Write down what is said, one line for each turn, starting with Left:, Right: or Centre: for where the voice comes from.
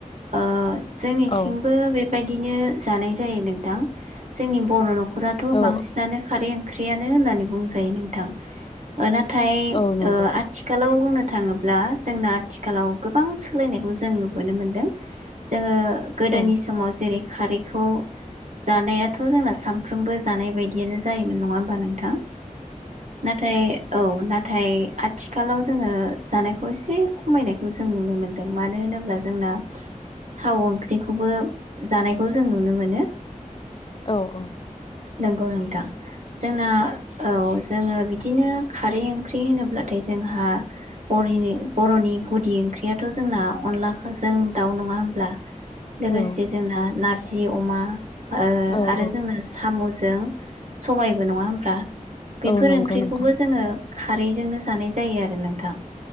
Right: ओ जोंनिथिंबो
Left: औ
Right: बे बायदिनो जानाय जायो नोंथां जोंनि बर' न' खराथ'
Left: औ
Right: बांसिनानो खारै ओंख्रियानो होननानै बुंजायो नोंथां ना थाय
Left: औ नंगौ
Right: आथिखालाव बुंनो थाङोब्ला जोंना आथिखालाव गोबां सोलायनायखौ जों नुबोनो मोनदों जोङो गोदोनि
Left: औ
Right: समाव जेरै खारैखौ जानायाथ' जोंना सानफ्रोमबो जानाय बायदियानो जायोमोन नङा होमबा नोंथां। नाथाय औ ना थाय आथिखालाव जोङो जानायखौ एसे खमायनायखौ जों नुनो मोन्दों मानो होनोब्ला जोंना थाउन ओंख्रिखौबो जानायखौ जों नुनो मोनो
Left: औ औ
Right: नंगौ नोंथां जोंना औ जोङो बिदिनो खारै ओंख्रि होनोब्लाथाय जोंहा बर'नि बर'नि गुदि ओंख्रियाथ' जोंना अनलाजों दाउ नङा होमब्ला लोगोसे
Left: औ
Right: जोंना नारजि अमा ओ
Left: औ
Right: आरो
Left: औ
Right: जोंना साम' <unintelligible> सबायबो नङा होनबा बेफोर
Left: औ नंगौ
Right: ओंख्रिखौबो
Left: नोंथां
Right: जोङो खारैजोंनो जानाय जायो आरो नोंथां।